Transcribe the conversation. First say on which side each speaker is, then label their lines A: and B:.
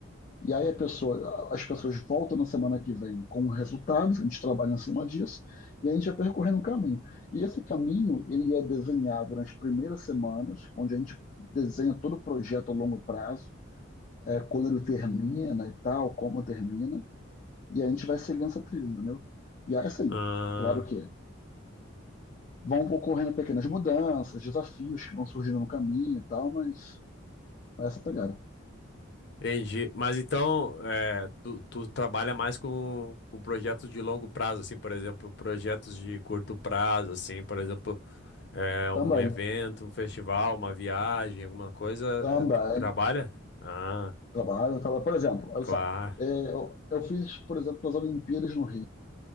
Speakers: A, on the left (about 35°); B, on the left (about 55°).
A: e aí a pessoa, as pessoas voltam na semana que vem com resultados, a gente trabalha em cima disso, e a gente vai percorrendo um caminho. E esse caminho, ele é desenhado nas primeiras semanas, onde a gente desenha todo o projeto a longo prazo, é, quando ele termina e tal, como termina, e a gente vai seguindo essa trilha, entendeu? E aí, assim,
B: Ah,
A: claro que vão ocorrendo pequenas mudanças, desafios que vão surgindo no caminho e tal, mas, mas essa pegada.
B: Entendi. Mas então, é, tu, tu trabalha mais com, com projetos de longo prazo, assim, por exemplo, projetos de curto prazo, assim, por exemplo, é, um
A: Também,
B: evento, um festival, uma viagem, alguma coisa,
A: também.
B: é, tu trabalha? Ah,
A: Trabalho, trabalho. Por exemplo, olha
B: claro.
A: só, é, eu, eu fiz, por exemplo, as Olimpíadas no Rio,